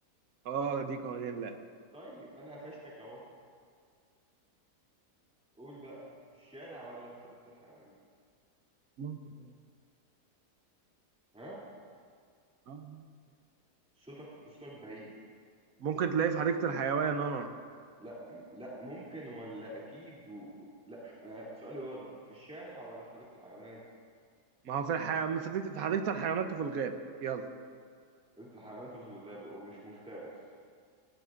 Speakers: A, on the right; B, in the centre.
A: اه دي قوانين اللعبة
B: طيب انا قفشتك اهو قول بقى في الشارع ولا في حديقة الحيوان
A: ممكن تلاقي
B: ها
A: اه ممكن تلاقي
B: صوتك صوتك بعيد
A: ممكن تلاقيه في حديقة الحيوان اه
B: لا لا ممكن ولا اكيد و... لا انا سؤالي واضح في الشارع ولا في حديقة الحيوانات
A: ما هو في الحي... في حديقة في حديقة الحيوانات وفي الغابة يلا
B: حديقة الحيوانات وفي الغابة ومش مفترس